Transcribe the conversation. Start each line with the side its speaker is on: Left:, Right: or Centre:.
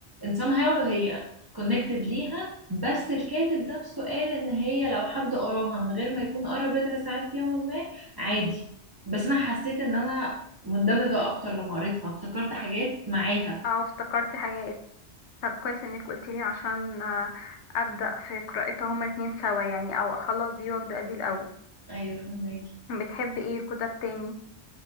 Right: ان somehow هي كونكتد ليها بس الكاتب نفسه قال ان هي لو حد قراها من غير ما يكون قرا بضع ساعات في يوم ما عادي بس انا حسيت ان انا مندمجة اكتر لما قريتها افتكرت حاجات معاها
Left: اه افتكرتي حاجات طب كويس انك قلتيلي عشان آه، ابدا في قراءتها هما الاتنين سوا يعني او اخلص دي وابدا دي الاول
Right: ايوه فهماكي
Left: بتحب ايه كتب تاني